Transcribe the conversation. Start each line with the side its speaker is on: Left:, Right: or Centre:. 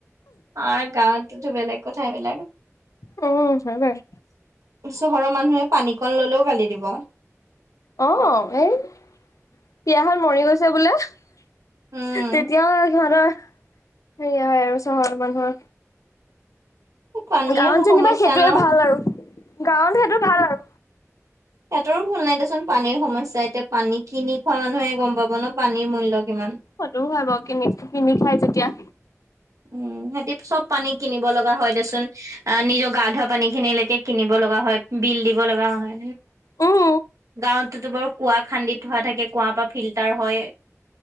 Right: আৰু গাঁৱতটোতো বেলেগ কথা এইবিলাক
Left: উম হয় বাৰু
Right: চহৰৰ মানুহে পানীকণ ললেও গালি দিব
Left: অ এই পিয়াহত মৰি গৈছে বোলে তেতিয়াও
Right: উম
Left: সিহঁতৰ হেৰি হয় আৰু চহৰৰ মানুহৰ
Right: পানীৰ
Left: গাঁৱত যেনিবা
Right: সমস্যা
Left: সেইটোয়ে
Right: ন
Left: ভাল আৰু গাঁৱত সেইটো ভাল আৰু
Right: সিহঁতৰো ভুল নাই দেচোন পানীৰ সমস্যা এতিয়া পানী কিনি খোৱা মানুহে গম পাব ন পানীৰ মূল্য কিমান
Left: সেইটোও হয় বাৰু কিনি কিনি খাই যেতিয়া
Right: উম সিহঁতি চব পানী কিনিব লগা হয় দেচোন অ নিজৰ গা ধোৱা পানী খিনিলৈকে কিনিব লগা হয় বিল দিব লগা হয়
Left: উম
Right: গাঁৱততো বাৰু কুুৱা খান্দি কুঁৱা থাকে কুঁৱাৰ পৰা ফিল্টাৰ হয়